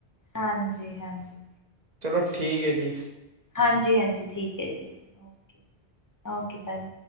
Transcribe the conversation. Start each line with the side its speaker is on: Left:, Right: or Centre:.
Left: ਹਾਂਜੀ-ਹਾਂਜੀ।
Right: ਚਲੋ, ਠੀਕ ਏ ਜੀ।
Left: ਹਾਂਜੀ- ਹਾਂਜੀ ਠੀਕ ਐ ਜੀ ਓਕੇ- ਓਕੇ ਬਾਏ।